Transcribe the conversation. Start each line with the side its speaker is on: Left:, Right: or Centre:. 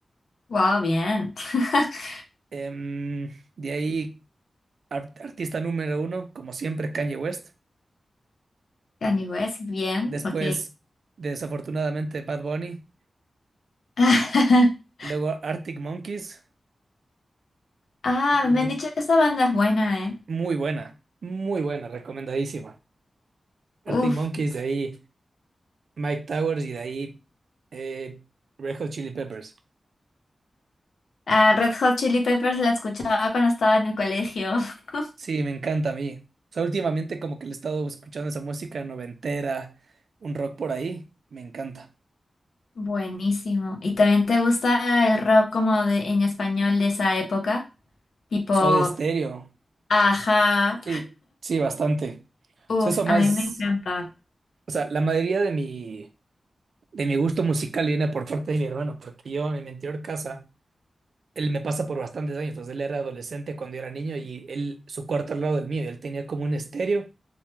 Left: Wow, bien. <laughs>
Right: Em, de ahí, ar- artista número uno, como siempre, Kanye West.
Left: Kanye West, bien,
Right: Después,
Left: ok.
Right: desafortunadamente, Bad Bunny.
Left: <laughs>
Right: Luego Arctic Monkeys.
Left: Ah,
Right: Y
Left: me han dicho que esa banda es buena, ¿eh?
Right: muy buena, muy buena, recomendadísima. Arctic
Left: Uf.
Right: Monkeys, de ahí Mike Towers y de ahí eh, Red Hot Chili Peppers.
Left: Ah, Red Hot Chili Peppers la escuchaba cuando estaba en el colegio. <laughs>
Right: Sí, me encanta a mí. O sea, últimamente como que le he estado escuchando esa música noventera, un rock por ahí. Me encanta.
Left: Buenísimo. ¿Y también te gusta el rock como de en español de esa época? Tipo,
Right: Soda Stereo.
Left: ajá.
Right: Sí, sí, bastante. O
Left: Uf,
Right: sea, eso más...
Left: a mí me encanta.
Right: O sea, la mayoría de mi de mi gusto musical viene por parte de mi hermano, porque yo en mi anterior casa, él me pasa por bastantes años, entonces él era adolescente cuando yo era niño y él, su cuarto al lado del mío, él tenía como un estéreo